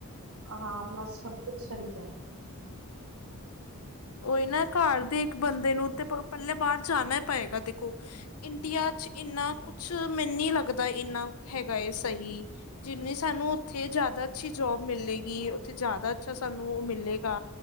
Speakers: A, on the right; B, on the left.
A: ਆਰਾਮ ਨਾਲ ਸਬ ਕੁਛ ਸਰੀ ਜਾਣੈ।
B: ਓਈ ਨਾ ਘਰ ਦੇ ਇੱਕ ਬੰਦੇ ਨੂੰ ਤੇ ਪ ਪੈਲੇ ਬਾਰ ਜਾਣਾ ਏ ਪਏਗਾ ਦੇਖੋ। ਇੰਡੀਆ ਚ ਇੰਨਾ ਕੁਛ ਮੈਨੂੰ ਨੀ ਲੱਗਦਾ ਏਨਾ ਹੈਗਾ ਏ ਸਹੀ। ਜਿੰਨੀ ਸਾਨੂੰ ਓਥੇ ਜ਼ਾਦਾ ਅੱਛੀ ਜੋਬ ਮਿਲੇਗੀ ਓਥੇ ਜ਼ਾਦਾ ਅੱਛਾ ਸਾਨੂੰ ਓ ਮਿਲੇਗਾ।